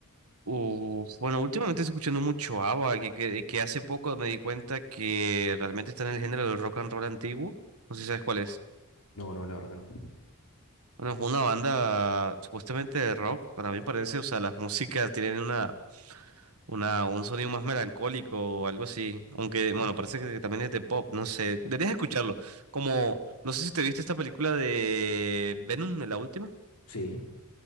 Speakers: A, on the right; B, on the left.
A: Uf, bueno, últimamente estoy escuchando mucho ABBA, que, que, que hace poco me di cuenta que realmente está en el género del rock and roll antiguo, no sé si sabes cuál es.
B: No, no, la verdad que no.
A: Bueno, es una banda supuestamente de rock, para mí parece, o sea, las músicas tienen una Una, un sonido más melancólico o algo así. Aunque,
B: Ah.
A: bueno, parece que también es de pop, no sé. Deberías escucharlo. Como, no sé si te viste esta película de Venom, la última.
B: Sí,